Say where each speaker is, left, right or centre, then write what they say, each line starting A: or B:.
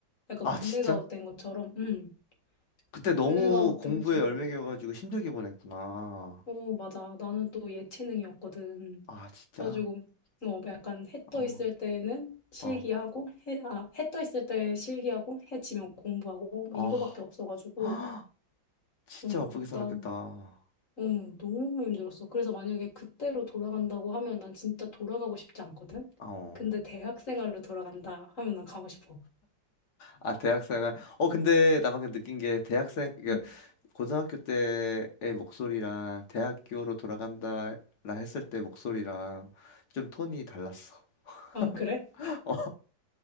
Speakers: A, on the left; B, on the left.
A: 약간
B: 아,
A: 블랙아웃
B: 진짜?
A: 된 것처럼 음
B: 그때 너무
A: 블랙아웃
B: 공부에
A: 된 것처럼
B: 열매겨가지고 힘들게 보냈구나.
A: 어 맞아 나는 또 예체능이었거든.
B: 아, 진짜?
A: 그래가지고 어, 뭐 약간 해 떠
B: 어,
A: 있을 때는 실기하고
B: 어.
A: 해, 아, 해 떠 있을 때 실기하고 해 지면 공부하고 뭐
B: 아,
A: 이거밖에 없어가지고
B: <gasps> 진짜
A: 음,
B: 바쁘게 살았겠다.
A: 난 음, 너무 힘들었어. 그래서 만약에 그때로 돌아간다고 하면 난 진짜 돌아가고 싶지 않거든.
B: 어.
A: 근데 대학 생활로 돌아간다 하면 난 가고 싶어.
B: 아, 대학생활. 어, 근데 나 방금 느낀 게 대학생, 이게
A: 음.
B: 고등학교 때의 목소리랑 대학교로 돌아간다 라 했을 때 목소리랑 좀 톤이 달랐어.
A: 아, 그래?
B: <laughs> 어.